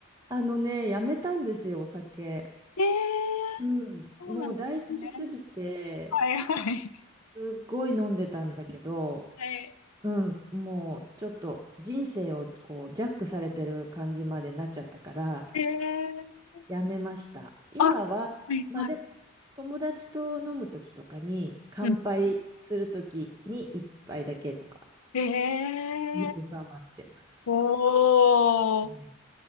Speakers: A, on the right (about 15°); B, on the left (about 90°).
A: あのね、やめたんですよ、お酒。
B: えー、
A: うん。
B: そうなんですね。
A: もう大好きすぎて、
B: はいはい。
A: すっごい飲んでたんだけど、
B: はい。
A: うん、もうちょっと人生をこうジャックされてる感じまでなっちゃったから、
B: えー、
A: やめました。今は、
B: あ、はいはい。
A: まあでも、友達と飲む時とかに、乾杯する時に一杯だけとか
B: うん。えー、
A: に収まってます。
B: おー。
A: はい。